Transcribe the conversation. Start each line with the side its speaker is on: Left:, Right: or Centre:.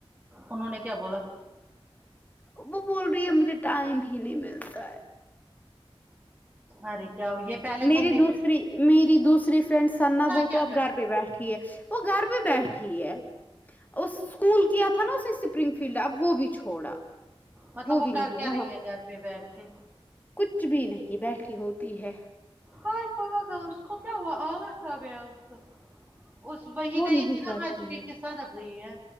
Right: انہوں نے کیا بولا
Left: اب وہ بول رہی ہے مجھے ٹائم ہی نہیں ملتا ہے
Right: ارے کیا یہ پہلے
Left: میری
Right: تم بھی
Left: دوسری
Right: ب
Left: میری دوسری فرینڈ سنا وہ
Right: کیا
Left: تو اب
Right: کرتی
Left: گھر پہ بیٹھی ہے وہ گھر پہ بیٹھی ہے اس اسکول کیا تھا نا اسے اسپرنگ فیلڈ اپ وہ بھی چھوڑا
Right: مطلب وہ
Left: بھی نہیں
Right: کر کیا
Left: وہاں
Right: رہی ہے گھر پہ بیٹھ کے
Left: کچھ بھی نہیں بیٹھی ہوتی ہے
Right: ہائے پاگل اس کو کیا ہوا آلس آگیا اسکو اس وہی
Left: وہ
Right: گئی
Left: نہیں
Right: تھی
Left: کرتی
Right: نا آج بھی
Left: ہے
Right: کس ساتھ اب رہی ہے